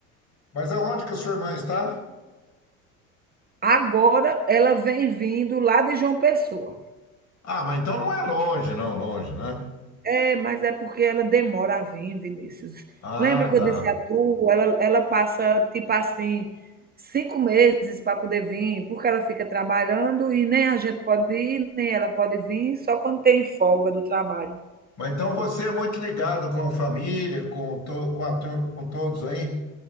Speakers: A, on the left (about 40°); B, on the right (about 20°).
A: Mas aonde que a sua irmã está?
B: Agora ela vem vindo lá de João Pessoa.
A: Ah, mas então não é longe, não, longe, né?
B: É, mas é porque ela demora a vir, Vinícius.
A: Ah,
B: Lembra que
A: tá.
B: eu disse a tu, ela ela passa, tipo assim, 5 meses para poder vir, porque ela fica trabalhando e nem a gente pode ir, nem ela pode vir, só quando tem folga do trabalho.
A: Mas então você é muito ligado com a família, com, to- com, a tur- com todos aí?